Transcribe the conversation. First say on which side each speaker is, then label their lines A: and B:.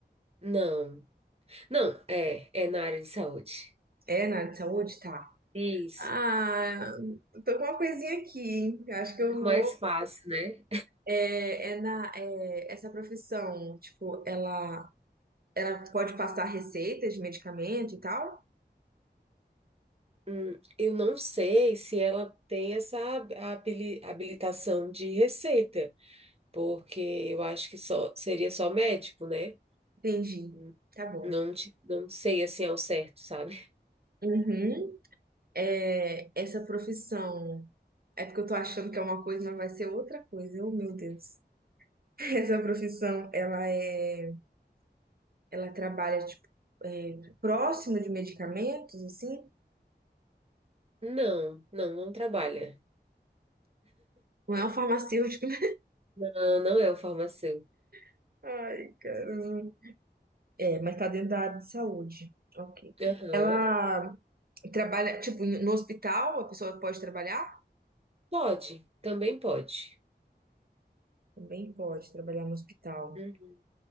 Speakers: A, on the right (about 35°); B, on the right (about 55°).
A: Não. Não, é, é na área de saúde.
B: É na área de saúde? Tá.
A: Isso.
B: Ah, tô com uma coisinha aqui. hein? Eu Acho que
A: Fica
B: eu vou.
A: mais fácil, né?
B: É, é na, é, essa profissão, tipo, ela Ela pode passar receitas de medicamento e tal?
A: Hum, eu não sei se ela tem essa hab- habili- habilitação de receita, porque eu acho que só seria só médico, né?
B: Entendi.
A: Hum,
B: Tá bom.
A: Não, te- não sei assim ao certo, sabe?
B: Uhum. É, essa profissão. É porque eu tô achando que é uma coisa, mas vai ser outra coisa. Oh, meu Deus. <laughs> Essa profissão, ela é. Ela trabalha, tipo, é, próximo de medicamentos, assim?
A: Não, não, não trabalha.
B: Não é um farmacêutico, né?
A: Não, não é o farmacêutico.
B: <laughs> Ai, caramba. É, mas tá dentro da área de saúde. Ok.
A: Aham.
B: Ela. Trabalha, tipo, no hospital, a pessoa pode trabalhar?
A: Pode, também pode.
B: Também pode trabalhar no hospital.
A: Uhum.